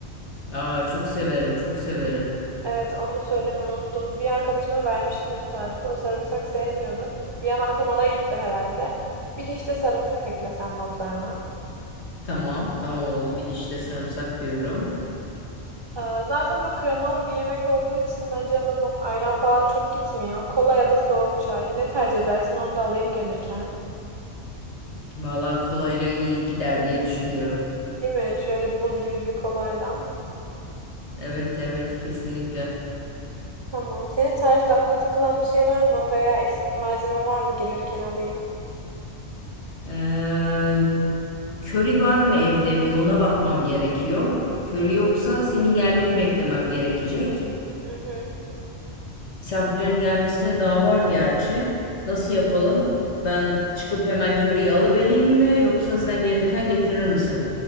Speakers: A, on the left; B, on the right.
A: aa, çok severim çok severim
B: Evet, onu da söylemeyi unuttum. Bir arkadaşıma vermiştim bu tarifi. O sarımsak sevmiyordu. Bir an aklım ona gitti herhalde. Bir diş de sarımsak eklesen notlarına.
A: tamam tamam oldu bir diş de sarımsak diyorum
B: Ee, Zaten böyle kremalı bir yemek olduğu için bence yanında böyle ayran falan çok gitmiyor. Kola ya da soğuk çay. Ne tercih edersin onu da alayım gelirken.
A: valla kolayla iyi gider diye düşünüyorum
B: Değil mi? Şöyle buz gibi bir kolayla.
A: evet evet kesinlikle.
B: Tamam. Senin tarifte aklına takılan bir şey var mı? Veya eksik bir malzeme var mı? Gelirken alayım.
A: Ee, köri var mı evde bir ona bakmam gerekiyor. Köri yoksa senin gelmeni beklemem gerekecek.
B: Hı hı.
A: Misafirlerin gelmesine daha var gerçi. Nasıl yapalım? Ben çıkıp hemen köriyi alıvereyim mi yoksa sen gelirken getirir misin?